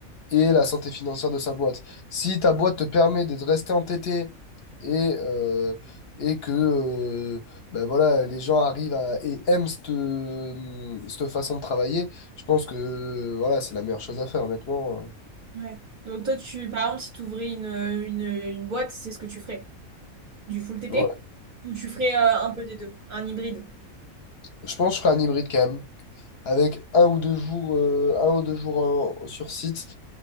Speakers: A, on the left; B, on the right.
A: et la santé financière de sa boîte. Si ta boîte te permet de rester entêté et, euh, et que euh, ben voilà, les gens arrivent à, et aiment cette, hum, cette façon de travailler, je pense que euh, voilà, c'est la meilleure chose à faire, honnêtement.
B: Ouais. Donc toi, tu, par exemple, si tu ouvrais une, euh, une, une boîte, c'est ce que tu ferais? Du full T T,
A: Euh, ouais.
B: Ou tu ferais euh, un peu des deux, un hybride?
A: Je pense que je ferai un hybride quand même, avec un ou deux jours, euh, un ou deux jours en- sur site